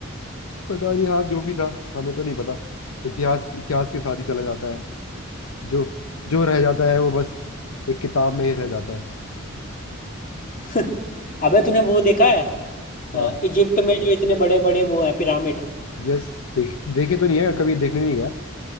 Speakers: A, on the left; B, on the left.
A: पता नहीं हाथ जो भी था हमें तो नहीं पता इतिहास इतिहास के साथ ही चला जाता है जो जो रह जाता है वो बस एक किताब में ही रह जाता है
B: <laughs> अबे तूने वो देखा है
A: हाँ
B: अ, इजिप्ट में जो इतने बड़े बड़े वो हैं पिरामिड
A: यस देख देखे तो नहीं है कभी देखने नहीं गया